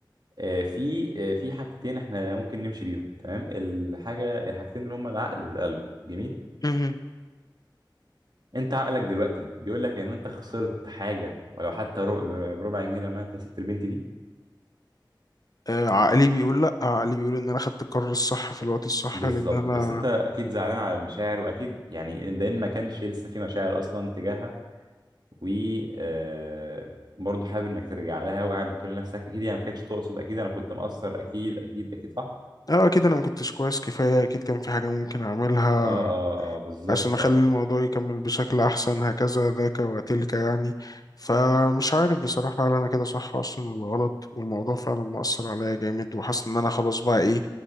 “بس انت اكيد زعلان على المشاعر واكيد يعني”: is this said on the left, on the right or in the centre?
Right